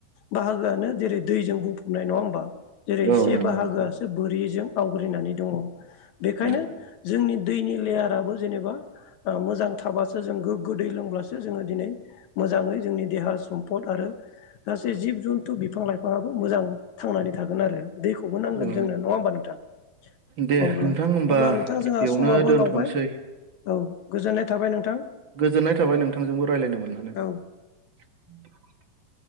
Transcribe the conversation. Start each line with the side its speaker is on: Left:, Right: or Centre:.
Left: बाहागोआनो जेरै दैजों बुंफबनाय नङा होमबा जेरै
Right: औ
Left: से
Right: नंगौ
Left: बाहागोआसो
Right: नोंथां
Left: जों आवग्रिनानै दङ बेखायनो
Right: औ
Left: जोंनि दैनि लेयाराबो जेनेबा मोजां थाबासो जों गोग्गो दै लोंब्लासो जोङो दिनै मो जाङै जोंनि देहा सम्फद आरो गासै जिब जन्थु बिफां लाइफाङाआबो मोजां थांनानै थागोन आरो। दैखौबो नांगोन
Right: औ
Left: जोंनो नङा होमबा नोंथां?
Right: दे
Left: अब्ला
Right: नोंथां होमबा
Left: अब्ला नोंथाङा जोंहा
Right: बेयावनो
Left: समाबो
Right: दोनथ'नोसै
Left: लावबाय औ गोजोननाय थाबाय नोंथां
Right: गोजोननाय थाबाय नोंथांजोंबो रायज्लायनो मोननानै
Left: औ।
Right: <inaudible>